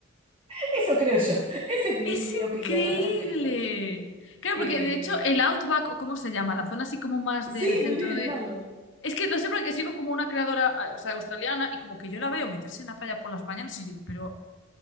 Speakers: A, on the right (about 30°); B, on the left (about 70°).
A: Eso creo yo. Esa es mi,
B: Es
A: mi
B: increíble.
A: opinión al respecto.
B: Claro,
A: Eh,
B: porque de hecho el Outback, o cómo se llama, la zona así como más
A: sí,
B: del centro
A: muy bien,
B: de...
A: el AMAC.
B: Es que lo sé porque sigo como una creadora, eh, o sea, australiana, y como que yo la veo meterse en la playa por las mañanas y digo, pero